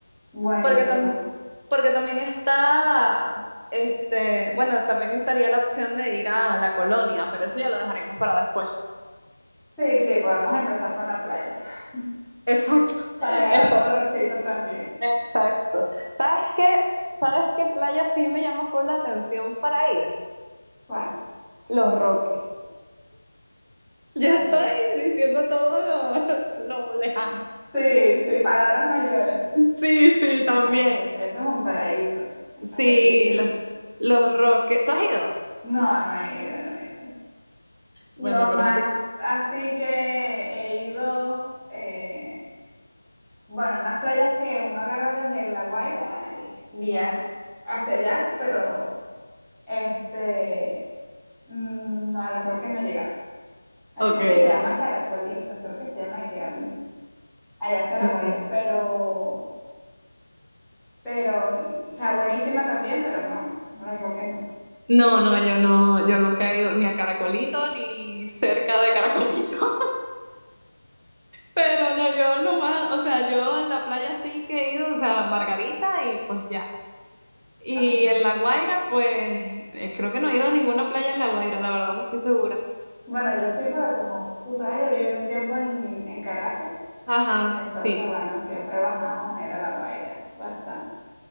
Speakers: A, in the centre; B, on the right.
A: Buenísimo.
B: Porque también, porque también está, este, bueno, también estaría la opción de ir a la colonia, pero eso ya lo dejaríamos para después.
A: Sí, sí, podemos empezar con la playa. <laughs>
B: Exacto,
A: Para
B: <laughs>
A: agarrar
B: exacto.
A: colorcito también.
B: Exacto. ¿Sabes qué? ¿Sabes qué playa sí me llama por la atención para ir?
A: Juan.
B: Los Roques. Yo
A: Ah,
B: estoy
A: pero...
B: diciendo todo lo, lo lejano.
A: Sí, sí, palabras mayores.
B: Sí, sí,
A: No,
B: también.
A: eso, eso es un paraíso. Eso
B: Sí,
A: es bellísimo.
B: los, los Roques. ¿Tú has ido?
A: No, no he ido, no he ido. Lo
B: Bueno,
A: más
B: pero es que...
A: así que he ido. eh, Bueno, unas playas que uno agarra desde La Guaira y bien hacia allá, pero este, mm, no, a los Roques no he llegado. Hay
B: Ok,
A: una que se llama
B: ok.
A: Caracolitos, creo que se llama, que quedan allá hacia La
B: Mm.
A: Guaira, pero, pero, mm, o sea, buenísima también, pero no, no, a los Roques no.
B: No, no, yo no, yo nunca he ido ni a Caracolito ni cerca de Caracolito. <laughs> Pero no, yo lo más, o sea, yo a la playa sí que he ido, o sea, Margarita y pues ya. Y
A: Ah, ok.
B: en La Guaira, pues eh, creo que no he ido a ninguna playa en La Guaira, la verdad no estoy segura.
A: Bueno, yo sí, porque como tú sabes, yo viví un tiempo en, en Caracas,
B: Ajá,
A: y entonces,
B: sí,
A: bueno, siempre bajábamos, era La Guaira, bastante.